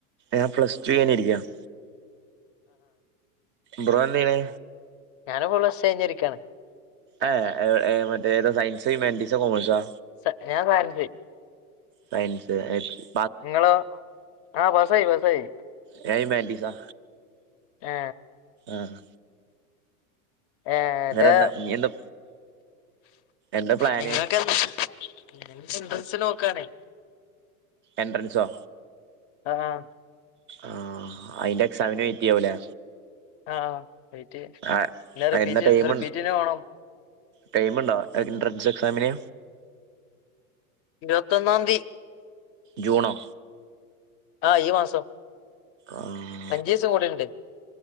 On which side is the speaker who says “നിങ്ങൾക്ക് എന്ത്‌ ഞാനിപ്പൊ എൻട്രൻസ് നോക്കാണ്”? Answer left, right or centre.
Left